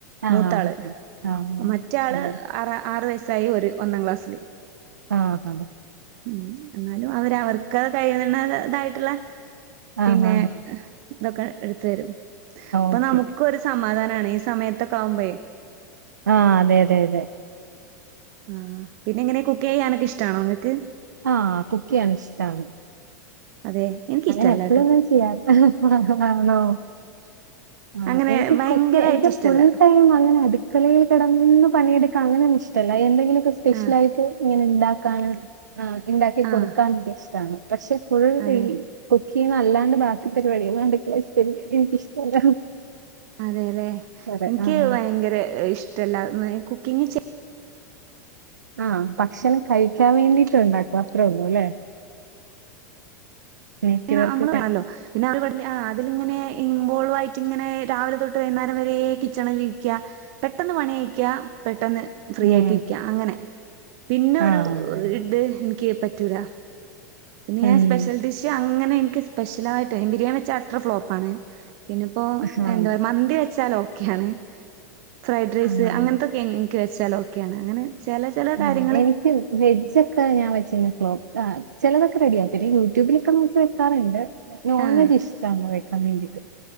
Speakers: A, on the right; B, on the right.
A: ആഹ്
B: മൂത്താള്
A: ആഹ്
B: മറ്റാള്
A: അതെ
B: ആ ആറ് വയസ് <unintelligible> ഒര് ഒന്നാം ക്ലാസ്സില്
A: ആഹ്
B: ഉം എന്നാലും അവരവർക്ക് കഴിയ്ന്നതായിട്ട്ള്ള
A: ആഹ്
B: പിന്നെ
A: ആഹ് ആഹ്
B: ഇതൊക്കെ എട്ത്ത് തരും അപ്പ
A: ഓക്കെ
B: നമുക്കൊര് സമാധാനാ ഈ സമയത്തൊക്കെ ആവുമ്പയേ
A: ആ അതെ അതെ അതെ
B: ആ പിന്നെ എങ്ങനെ കുക്ക്യ്യാനൊക്കെ ഇഷ്ടണോ ഇങ്ങക്ക്
A: ആഹ് കുക്ക് ചെയ്യാൻ ഇഷ്ടാണ്
B: അതെ എനിക്കിഷ്ടല്ലാട്ടോ
A: അങ്ങനെ എപ്പഴും ഒന്നും ചെയ്യാറ് ആണോ ആ
B: അങ്ങനെ
A: എനിക്ക്
B: ഭയങ്കരായിട്ട്
A: കുക്ക് എനിക്ക്
B: ഇഷ്ടല്ല
A: ഫുൾ ടൈം അങ്ങനെ അടുക്കളേല് കേടന്ന് പണിയെട് ക്ക അങ്ങനെന്നു ഇഷ്ടല്ല എന്തെങ്കിലും സ്പെഷ്യലായിട്ട്
B: ആഹ്
A: ഇങ്ങനെ ഇണ്ടാക്കാനാണ്‌ ആ ഇണ്ടാക്കി
B: ആഹ്
A: കൊട്ക്കാൻ ഇഷ്ടാണ്‌ പക്ഷെ ഫുൾ <unintelligible>
B: അതെ
A: കുക്ക്യ്യ്ന്നത് അല്ലാണ്ട് ബാക്കി പരിപാടികൾ അട്ക്കളെ ചെയ്യ എനിക്കിഷ്ടല്ല
B: അതെല്ലേ
A: അതെ
B: എനിക്ക്
A: ആഹ്
B: ഭയങ്കര ഇഷ് ഇഷ്ടല്ല കുക്കിങ് ചെ
A: ആഹ് ഭക്ഷണം കഴിക്കാൻ വേണ്ടിട്ട് ഉണ്ടാക്കും അത്ര ഉള്ളൂ അല്ലേ നെറ്റ്
B: അെ
A: വർക്ക്
B: വണല്ലോ പിന്നെ ആ അതിലിങ്ങനെ ഇൻവോൾവ് ആയിട്ട് ഇങ്ങനെ രാവിലെ തൊട്ട് വൈകുന്നേരം വരെ കിച്ചണിൽ ഇരിക്കുക പെട്ടെന്ന് പണി കയിക്ക പെട്ടെന്ന് ഫ്രീ
A: ഉം
B: ആയിട്ടിരിക്കുക അങ്ങനെ പിന്നെ ഒരു
A: ആഹ് അതെ അതെ.
B: ഇത് എനിക്ക് പറ്റൂല പിന്നെ
A: ഉം
B: ഞാൻ സ്പെഷ്യൽ ഡിഷ് അങ്ങനെ എനിക്ക് സ്പെഷ്യലായിട്ട് ബിരിയാണി വെച്ച അട്ടർ ഫ്ലോപ്പ ആണ് പിന്നെ ഇപ്പോ
A: ആഹ്
B: എന്താ പറ മന്തി വെച്ചാലോ ഒക്കെയാണ് ഫ്രൈഡ് റൈസ്
A: ആഹ്
B: അങ്ങനത്തൊക്കെ എനിക്ക് വെച്ചാൽ ഓക്കെയാണ് അങ്ങനെ ചില ചില
A: ആ
B: കാര്യങ്ങള്
A: എനിക്ക് വെജൊക്കെ ഞാൻ വെച്ചിുന്ന ഫ്ലോപ്പ് ആ് ചിലതൊക്കെ റെഡിയ ആന്നെ യൂട്യൂബിലൊക്ക നോക്കി വെക്കാറുണ്ട്. നോൺവെജ്
B: ആഹ്
A: ഇഷ്ടമാണോ വെക്കാൻ വേണ്ടിട്ട്